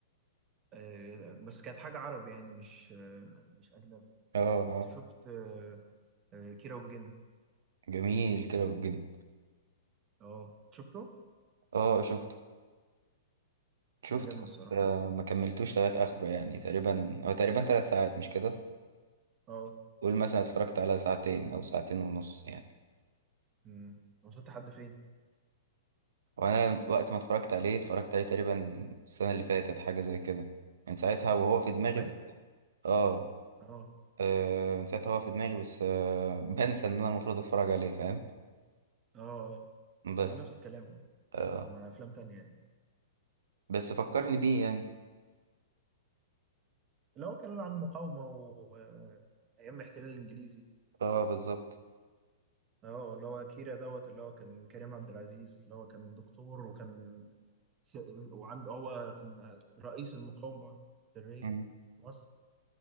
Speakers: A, on the right; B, on the right.
A: آه، بس كانت حاجة عربي يعني مش آه، مش أجنبي
B: اه اه
A: كنت شفت آه، آه، كيرة والجن
B: جميل كده والجن
A: اه شفته
B: اه شفته شفته
A: عجبني
B: بس
A: الصراحة
B: آه، ما كملتوش لغاية آخره يعني تقريبا هو تقريبا تلات ساعات مش كده؟
A: اه
B: قول مثلا اتفرجت على ساعتين او ساعتين ونص يعني
A: امم وصلت لحد فين؟
B: وانا لما- وقت
A: انا مش
B: ما اتفرجت
A: فاكر
B: عليه اتفرجت عليه تقريبا السنه اللي فاتت حاجه زي كده من ساعتها وهو في دماغي
A: كمان؟
B: ب- اه
A: اه
B: آه، من ساعتها هو في دماغي بس آه <laughs> بنسى ان انا المفروض اتفرج عليه فاهم
A: اه اه
B: بس
A: مع نفس الكلام
B: آه
A: مع افلام تانية يعني
B: بس فكرني بيه يعني
A: اللي هو كان عن مقاومة و آه، ايام الاحتلال الانجليزي
B: اه بالظبط
A: اه اللي هو كيرا دوت اللي هو كان كريم عبد العزيز اللي هو كان دكتور وكان س... وعنده هو كان رئيس المقاومة السرية
B: مم.
A: في مصر